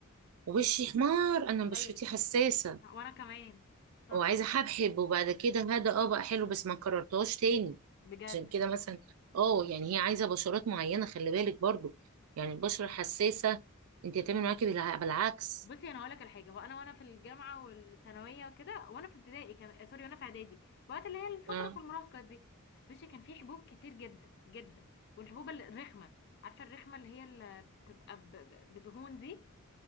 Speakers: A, on the right; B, on the left.
A: وشي حمار
B: <laughs>
A: انا بشرتي
B: ايوه
A: حساسه
B: وانا كمان صح
A: وعايزه حبحب وبعد كده هذا اه بقى حلو بس ما كررتهاش تاني
B: بجد
A: عشان كده مثلا اه يعني هي عايزه بشرات معينه خلي بالك برضو يعني البشره حساسه انت هتعمل معاكي بالع- بالعكس
B: بصي انا هقول لك الحاجه وانا وانا في الجامعه والثانويه وكده وانا في ابتدائي كمان آه، سوري وانا في اعدادي وقت اللي هي الفتره
A: اه
B: في المراهقه دي بصي كان في حبوب كتير جدا جدا والحبوب الرخمه عارفه الرخمه اللي هي اللي بتبقى ب- ب- بدهون دي